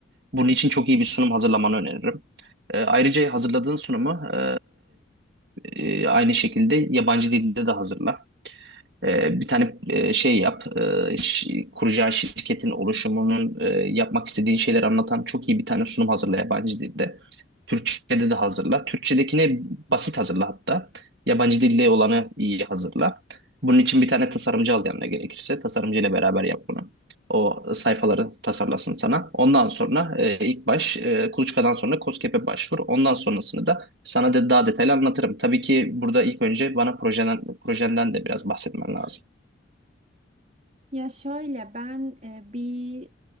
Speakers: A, on the right (about 55°); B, on the right (about 40°).
A: Bunun için çok iyi bir sunum hazırlamanı öneririm. E, ayrıca hazırladığın sunumu e, e, aynı şekilde yabancı dilde de hazırla. Ee, bir tane e, şey yap, e, şi- kuracağı şirketin oluşumunun e, yapmak istediği şeyleri anlatan çok iyi bir tane sunum hazırla yabancı dilde. Türkçe'de de hazırla. Türkçedekini basit hazırla hatta. Yabancı dilde olanı iyi hazırla. Bunun için bir tane tasarımcı al yanına gerekirse. Tasarımcı ile beraber yap bunu. O sayfaları tasarlasın sana. Ondan sonra e, ilk baş e, Kuluçka'dan sonra KOSGEB'e başvur. Ondan sonrasını da sana da daha detaylı anlatırım. Tabii ki burada ilk önce bana projenden, projenden de biraz bahsetmen lazım.
B: Ya şöyle ben e, bir